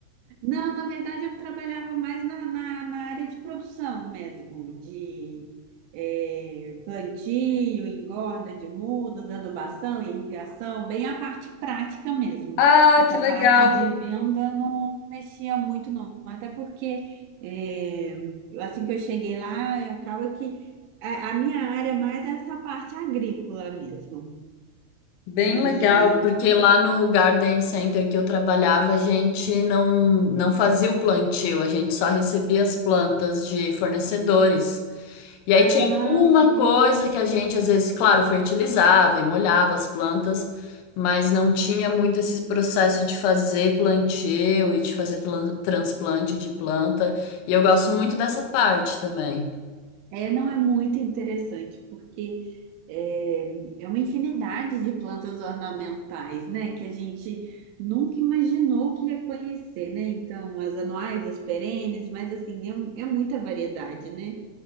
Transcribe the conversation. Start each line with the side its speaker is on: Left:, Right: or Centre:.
Right: Não, na verdade eu trabalhava mais na, na, na área de produção mesmo, de eh, plantio, engorda de mudas, adubação, irrigação, bem a parte prática mesmo.
Left: Ah,
Right: Essa
Left: que legal.
Right: parte de venda não mexia muito não, até porque eh, assim que eu cheguei lá, acaba que a, a minha área mais é essa parte agrícola mesmo.
Left: Bem
Right: E
Left: legal, porque lá no Garden Center que eu trabalhava, a gente não não fazia o plantio, a gente só recebia as plantas de fornecedores. E aí
Right: ah,
Left: tinha alguma
Right: sim.
Left: coisa que a gente, às vezes, claro, fertilizava e molhava as plantas, mas não tinha muito esse processo de fazer plantio e de fazer tran- transplante de planta. E eu gosto muito dessa parte também.
Right: É, não é muito interessante, porque é, é uma infinidade de plantas ornamentais, né? Que a gente nunca imaginou que ia conhecer, né? Então, as anuais, as perenes, mas assim, é, um- é muita variedade, né?